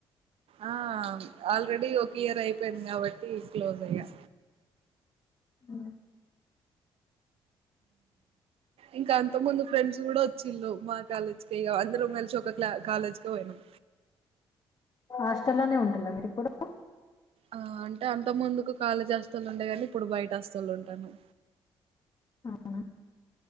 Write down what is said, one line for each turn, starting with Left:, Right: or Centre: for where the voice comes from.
Right: ఆ, ఆల్రెడీ ఒక ఇయర్ అయిపోయింది కాబట్టి క్లోజ్ అయ్యా.
Left: ఆ
Right: ఇంకా అంతక్ ముందు ఫ్రెండ్స్ కూడ వచ్చిళ్ళు మా కాలేజ్ కె ఇగ, అందరం కలిసి ఒక క్ల కాలేజ్ కె పోయినం.
Left: హాస్టల్లోనే వుంటున్ర మీరిప్పుడు?
Right: ఆ అంటే అంతక్ ముందుకు కాలేజీ హాస్టల్లో ఉండేగాని ఇప్పుడు బయట హాస్టల్ల ఉంటానం.
Left: అవున?